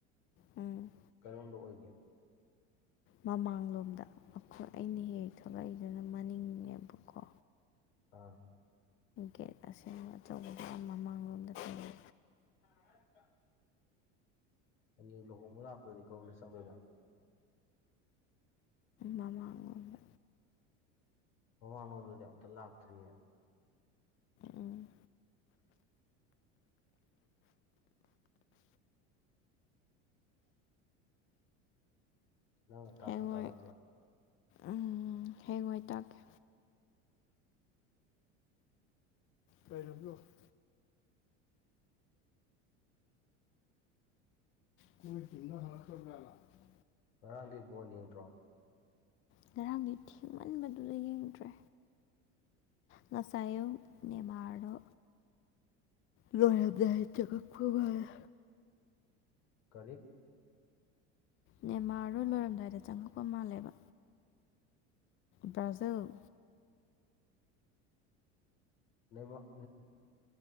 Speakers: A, on the left; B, on the left.
A: ꯎꯝ
B: ꯀꯩꯔꯣꯝꯗ ꯑꯣꯏꯒꯦ
A: ꯃꯃꯥꯡꯂꯣꯝꯗ ꯑꯩꯈꯣꯏ ꯑꯩꯅ ꯍꯦꯛ ꯍꯦꯛ ꯊꯂꯏꯗꯨꯅ ꯃꯅꯤꯡꯂꯣꯝꯅꯦꯕꯀꯣ
B: ꯑꯥ
A: ꯒꯦꯠ ꯑꯁꯦꯡꯕ ꯑꯆꯧꯕꯗꯨꯅ ꯃꯃꯥꯡꯂꯣꯝꯗ ꯊꯣꯏ
B: <unintelligible> <inaudible> ꯑꯗꯨꯗꯤ ꯂꯨꯍꯣꯡꯕ ꯂꯛꯄꯗꯗꯤ ꯀꯔꯣꯝ ꯆꯪꯗꯣꯏꯕ
A: ꯃꯃꯥꯡꯂꯣꯝꯗ
B: ꯃꯃꯥꯡꯂꯣꯗꯗꯤ ꯑꯃꯨꯛꯇ ꯂꯥꯛꯇ꯭ꯔꯤꯌꯦ
A: ꯎꯝ
B: ꯅꯪ ꯇꯥꯛꯁꯨ
A: ꯍꯌꯦꯡꯋꯥꯏ
B: ꯇꯥꯛꯂꯛꯇꯦ
A: ꯎꯝ ꯍꯌꯦꯡꯋꯥꯏ ꯇꯥꯥꯛꯀꯦ ꯀꯩ ꯂꯝꯅꯣ <unintelligible> ꯀꯣꯏ ꯇꯅ ꯍꯂꯛꯈꯔꯖꯠꯂꯥ <unintelligible>
B: ꯉꯔꯥꯡꯗꯤ ꯕꯣꯟ ꯌꯦꯡꯗ꯭ꯔꯣ
A: ꯉꯔꯥꯡꯗꯤ ꯊꯦꯡꯃꯟꯕꯗꯨꯗ ꯌꯦꯡꯗ꯭ꯔꯦ ꯉꯁꯥꯏꯌꯨꯛ ꯅꯦꯃꯔꯣꯗꯣ ꯂꯣꯏꯔꯝꯗꯥꯏ ꯆꯪꯉꯛꯄ ꯃꯥꯜꯂꯦ
B: ꯀꯥꯔꯤ
A: ꯅꯦꯃꯥꯥꯔꯗꯣ ꯂꯣꯏꯔꯝꯗꯥꯏꯗ ꯆꯪꯉꯛꯄ ꯃꯥꯜꯂꯦꯕ ꯕ꯭ꯔꯥꯖꯤꯜ
B: ꯅꯦꯃꯥꯔ